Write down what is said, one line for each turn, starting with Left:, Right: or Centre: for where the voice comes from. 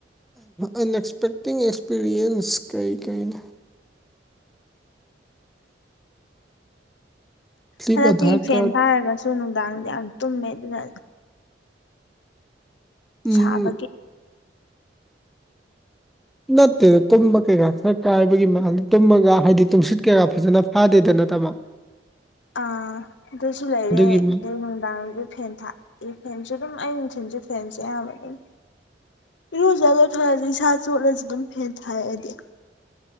Centre: ꯑꯟꯑꯛꯁꯄꯦꯛꯛꯇꯤꯡ ꯑꯦꯛꯁꯄꯤꯔꯤꯌꯦꯟꯁ ꯀꯩ ꯀꯩꯅ ꯐ꯭ꯂꯤꯞ
Left: ꯍꯟꯗꯛꯇꯤ
Centre: ꯑꯙꯥꯔ
Left: ꯐꯦꯟ
Centre: ꯀꯥꯔꯠ
Left: ꯊꯥꯔꯒꯁꯨ ꯅꯨꯡꯗꯥꯡꯗꯤ ꯌꯥꯝ ꯇꯨꯝꯃꯦ ꯑꯗꯨꯅ
Centre: ꯎꯝ
Left: ꯁꯥꯕꯒꯤ
Centre: ꯅꯠꯇꯦꯗ ꯇꯨꯝꯕ ꯀꯩꯀꯥ ꯈꯔ ꯀꯥꯏꯕꯒꯤ ꯃꯥꯡꯗꯦ ꯇꯨꯝꯃꯒ ꯍꯥꯏꯗꯤ ꯇꯨꯝꯁꯤꯠ ꯀꯩꯀꯥ ꯐꯖꯅ ꯐꯥꯗꯦꯗ ꯇꯥꯃ‌ꯣ
Left: ꯑꯥ ꯑꯗꯨꯁꯨ ꯂꯩꯔꯦ
Centre: ꯑꯗꯨꯒꯤ ꯃꯥ
Left: ꯑꯗꯩ ꯅꯨꯡꯗꯥꯡꯗ ꯐꯦꯟ ꯊꯥ ꯑꯦ ꯐꯦꯟꯁꯨ ꯑꯗꯨꯝ ꯑꯩꯌꯨ ꯅꯨꯡꯊꯤꯟꯁꯨ ꯐꯦꯟꯁꯦ ꯑꯌꯥꯝꯕ ꯑꯗꯨꯝ ꯏꯔꯨꯖꯂ ꯊꯔꯁꯨ ꯏꯁꯥ ꯆꯣꯠꯂꯁꯤ ꯑꯗꯨꯝ ꯐꯦꯟ ꯊꯥꯏ ꯑꯩꯗꯤ